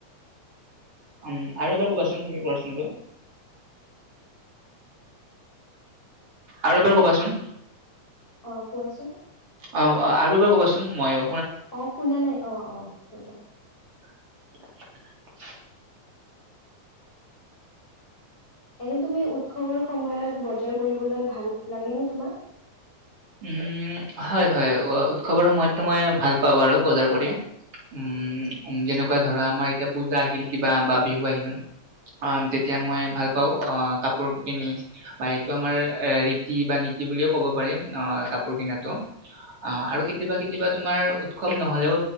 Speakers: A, on the right; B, on the left.
A: উম আৰু এবাৰ কবাচোন তুমি প্ৰশ্নটো। আৰু এবাৰ কবাচোন।
B: অ, কোৱাচোন?
A: অ অ আৰু এবাৰ কবাচোন মইয়ো
B: অ শুনা নাই অ অ ৰ'বা।
A: <inaudible>
B: এনে তুমি উৎসৱৰ সময়ত বজাৰ কৰিবলৈ ভাল লাগে নে তোমাৰ?
A: উম, হয় হয় অ উৎসৱৰ সময়তটো মই ভাল পাওঁ বাৰু বজাৰ কৰি। উম, উম যেনেকুৱা ধৰা, আমাৰ এতিয়া পূজা আহিল কিবা বা বিহু আহিল। অ, তেতিয়া
B: আচ্ছা
A: মই ভাল পাওঁ অ কাপোৰ কিনি বা এইটো আমাৰ, এ ৰীতি বা নীতি বুলিয়ে কব পাৰি। ন কাপোৰ কিনাটো অ আৰু কেতিয়াবা
B: আচ্ছা
A: কেতিয়াবা তোমাৰ উৎসৱ নহ'লেও